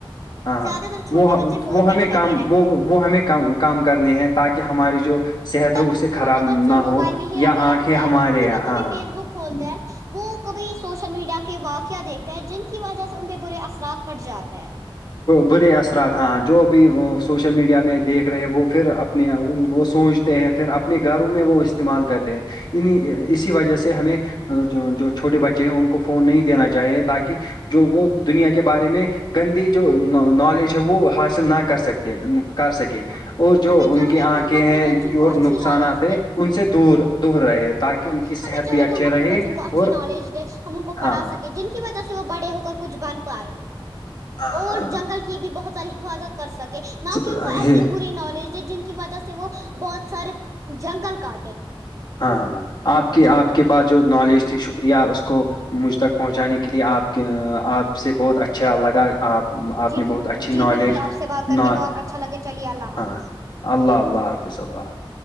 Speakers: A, on the left; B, on the right.
A: ہاں ہاں
B: زیادہ تر چھوٹے
A: وہ
B: بچے فون
A: وہ
B: میں
A: ہمیں
B: ہی لگے
A: کم
B: رہتے
A: وہ
B: ہیں
A: وہ ہمیں کم کرنے ہیں تاکہ ہماری جو صحت ہو
B: س
A: اس سے
B: چھوٹے
A: خراب نہ
B: بچے موبائل
A: ہو
B: میں ہی
A: یا
B: لگے
A: آنکھیں
B: رہتے
A: ہمارے
B: ہیں پھر
A: یہاں
B: وہ
A: ہاں
B: کبھی فیس
A: ہاں
B: بک کھولتے ہیں وہ کبھی سوشل میڈیا کے واقعہ دیکھتے ہیں جن کی وجہ سے ان پہ برے اثرات پڑ جاتے ہیں
A: برے اثرات ہاں جو بھی وہ سوشل میڈیا میں دیکھ رہے وہ پھر اپنے وہ سوچ پھر اپنے گھروں میں وہ استعمال کرتے ہیں انیں اسی وجہ سے ہمیں جو چھوٹے بچے ہیں ان کو فون نہیں دینا چاہیے تاکہ جو وہ دنیا کے بارے میں گندی جو نالج ہے وہ حاصل نہ کر سکتے کر سکے
B: ہاں
A: اور جو
B: ہمیں
A: ان
B: چاہیے
A: کی آنکھیں
B: کہ ہم
A: ہیں
B: اپنے بچوں
A: جو
B: کو اچھی
A: نقصانات
B: نالج
A: ہیں
B: دیں
A: ان سے دور دور رہے تاکہ
B: ہاں
A: ان کی
B: ہمیں
A: صحت
B: چاہے
A: بھی اچھے
B: کہ ہم اپنے
A: رہے
B: بچوں کو اچھی
A: اور
B: نالج دیں ہم ان کو
A: ہاں
B: پڑھا
A: ہاں
B: سکیں جن کی وجہ سے وہ بڑے ہو کر کچھ بن پائے
A: ہاں
B: اور
A: ہاں
B: جنگل کی بھی بہت ساری حفاظت کر سکے نہ کہ ان
A: ہاں
B: کو ایسی بری نالج د جن کو وجہ سے وہ بہت سارے جنگل کاٹے
A: ہاں ہاں آپ کے آپ کے پاس جو نالج تھی شکریہ اس کو مجھ تک پہنچانے کے لیے آپ کے آپ سے بہت اچھا لگا آ آپ
B: جی
A: نے بہت اچھی
B: جی
A: نالج
B: بالکل آپ سے بات کر
A: ن
B: کے بہت اچھا لگے چلیے اللہ حافظ
A: ہاں اللہ اللہ حافظ اللہ حافظ